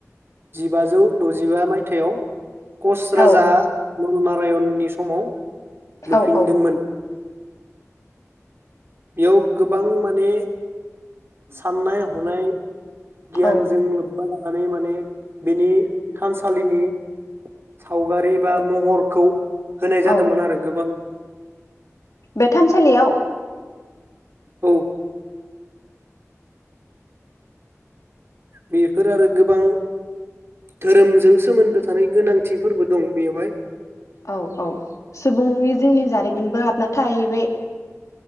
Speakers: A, on the right; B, on the left.
A: जिबाजौ दजिबा मायथाइयाव कच राजा
B: औ
A: नरनारायननि समाव लुफिनदोंमोन
B: औ औ
A: बेयाव गोबां माने साननाय हनाय गियान
B: औ
A: लोब्बा लानानै माने बिनि थानसालिनि सावगारि बा महरखौ होनाय जादोंमोन
B: औ
A: आरो गोबां
B: बे थानसालियाव
A: औ बेफोर आरो गोबां धोरोमजों सोमोन्दो थानाय गोनांथिफोरबो दं बेवहाय
B: औ औ सुबुंनि जिउनि जारिमिनबो हाबना थाहैबाय